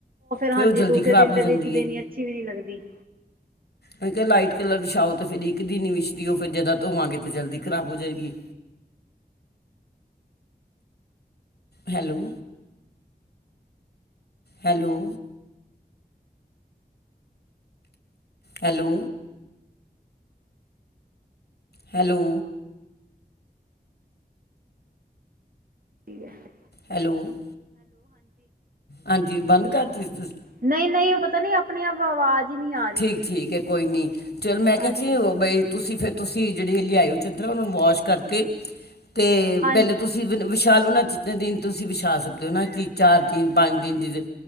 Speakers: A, on the right; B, on the left.
A: ਹਾਂਜੀ
B: ਫਿਰ ਉਹ ਜਲਦੀ
A: ਦੂਸਰੇ
B: ਖ਼ਰਾਬ
A: ਦਿਨ ਤੇ
B: ਹੋ ਜਾਂਦੀ
A: ਵਿੱਚ ਦੇਣੀ
B: ਹੈ।
A: ਅੱਛੀ ਵੀ ਨਹੀਂ ਲੱਗਦੀ।
B: ਮੈਂ ਕਿਹਾ ਲਾਈਟ ਕਲਰ ਵਿਛਾਓ ਤਾਂ ਫਿਰਰ ਇੱਕ ਦਿਨ ਵਿਛਦੀ ਉਹ ਫਿਰ ਜਾਦਾਂ ਧੋਵਾਂਗੇ ਤਾਂ ਜਲਦੀ ਖਰਾਬ ਹੋ ਜਾਏਗੀ।
A: ਹ
B: ਹੈਲੋ। ਹੈਲੋ। ਹੈਲੋ। ਹੈਲੋ।
A: ਠੀਕ ਹੈ।
B: ਹੈਲੋ ਹਾਂਜੀ ਬੰਦ ਕਰਤੀ ਸੀ ਤੁ
A: ਨਹੀਂ ਨਹੀਂ ਉਹ ਪਤਾ ਨੀ ਆਪਣੀ ਆਪ ਆਵਾਜ਼ ਹੀ ਨਹੀਂ ਆ ਰਹੀ
B: ਠੀਕ
A: ਸੀ
B: ਠੀਕ ਹੈ ਕੋਈ ਨੀ ਚਲ ਮੈਂ
A: ਹਾਂਜੀ
B: ਕਿਹਾ ਸੀ ਉਹ ਬਈ ਤੁਸੀਂ ਫਿਰ ਤੁਸੀ ਜਹੜੇ ਲਿਆ ਔ ਚਦਰਾ ਉਹਣਾ ਨੂੰ ਵਾਸ਼ ਕਰਕੇ ਤੇ
A: ਹਾਂ
B: ਪਹਲੇ ਤੁਸੀ ਵਿਛਾਲ ਲੂ ਨਾ ਜਿਤਨੇ ਦਿਨ ਤੁਸੀਂ ਵਿਛਾ ਸਕਦੇ ਹੋ ਨਾ ਕਿ ਚਾਰ ਦਿਨ ਪੰਜ ਦਿਨ ਦੀ